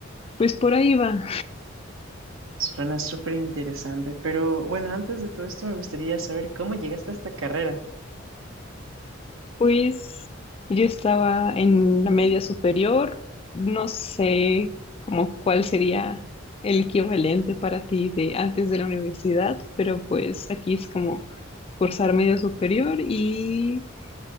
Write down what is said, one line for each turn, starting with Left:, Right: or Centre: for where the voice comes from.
Left: pues por ahí va.
Right: Suena súper interesante, pero bueno, antes de todo esto me gustaría saber cómo llegaste a esta carrera.
Left: Pues yo estaba en la media superior, no sé como cuál sería el equivalente para ti de antes de la universidad, pero pues aquí es como cursar media superior y,